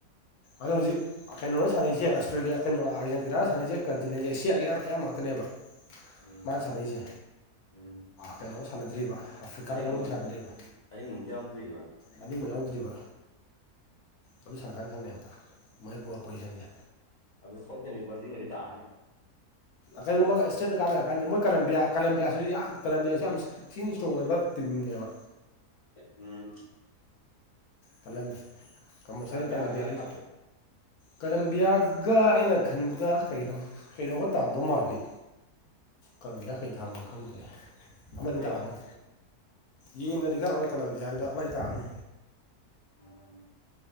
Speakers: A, on the left; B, on the left.
A: ꯑꯗꯣ ꯍꯧꯖꯤꯛ ꯀꯩꯅꯣꯅ ꯁꯥꯟꯅꯁꯦ ꯑꯁ ꯑꯁꯇ꯭ꯔꯦꯂꯤꯌꯥ ꯀꯩꯅꯣ ꯑꯥꯔꯖꯦꯟꯇꯤꯅꯥ ꯁꯥꯟꯅꯁꯦ ꯀꯟꯇꯤꯅꯦꯟꯖꯦꯜ ꯑꯦꯁꯤꯌꯥꯒꯤ ꯑꯌꯥꯝ ꯉꯥꯛꯇꯅꯦꯕ
B: ꯎꯝ
A: ꯃꯥꯅ ꯁꯥꯟꯅꯩꯁꯦ
B: ꯎꯝ
A: ꯀꯩꯅꯣ ꯁꯥꯟꯅꯗ꯭ꯔꯤꯕ ꯑꯥꯐ꯭ꯔꯤꯀꯥ
B: ꯑꯂꯤꯡꯕ
A: ꯉꯕꯨ ꯁꯥꯒꯗꯦꯕ
B: ꯑꯔꯤꯡꯕ ꯑꯝꯇ ꯌꯥꯎꯗ꯭ꯔꯤꯕ
A: ꯑꯅꯤ ꯅꯤꯡ ꯅꯤꯡꯕ ꯌꯥꯎꯗ꯭ꯔꯤꯕ ꯑꯗꯨ ꯁꯥꯟꯅ ꯈꯥꯟ ꯈꯪꯅꯦꯕ ꯃꯣꯏ
B: ꯑꯣ
A: ꯕꯣꯜ ꯄꯣꯖꯤꯁꯟꯁꯦ
B: ꯑꯗꯨ ꯁꯣꯏꯗꯕꯤ ꯕꯖꯤꯟꯒꯗꯤ ꯇꯥꯔꯅꯤ
A: ꯀꯔꯤꯒꯨꯝꯕ ꯁ꯭ꯇꯦꯠꯇ ꯀꯥꯟꯅꯔꯀꯥꯟꯗ ꯃꯣꯏ ꯀꯂꯝꯕꯤꯌꯥ ꯀꯂꯝꯕꯤꯌꯥꯁꯤꯁꯨ ꯌꯥꯝ ꯀꯂꯝꯕꯤꯌꯥꯁꯤ ꯌꯥꯝ ꯊꯤꯅ ꯏꯁꯇ꯭ꯔꯣꯡ ꯑꯣꯏꯕ ꯇꯤꯝꯅꯦꯕ
B: ꯎꯝ
A: ꯀꯂꯝ ꯀꯃꯜꯁꯔꯤ
B: ꯀꯂꯝꯕꯤꯌꯥꯒ
A: ꯀꯂꯝ
B: ꯀꯩꯒ
A: ꯌꯥꯖ
B: ꯇꯥꯒꯦ
A: ꯀꯂꯝꯕꯤꯌꯥꯒ ꯑꯩꯅ ꯈꯟꯕꯗ ꯀꯩꯅꯣ ꯀꯩꯅꯣꯒ ꯇꯥꯝꯗꯧ ꯃꯥꯜꯂꯤ ꯀꯜꯣꯝꯗ ꯀꯩ ꯗꯥꯝꯅꯣ ꯈꯪꯗꯦ ꯑꯃꯗꯤ
B: ꯀꯩꯒ
A: ꯗꯥꯔꯝꯅꯤ ꯌꯦꯡꯉꯗꯤ ꯈꯔ ꯍꯔ ꯀꯜꯂꯝꯕꯤ ꯍꯥꯏꯗꯣ ꯃ ꯇꯥꯕꯅꯤ
B: ꯎꯝ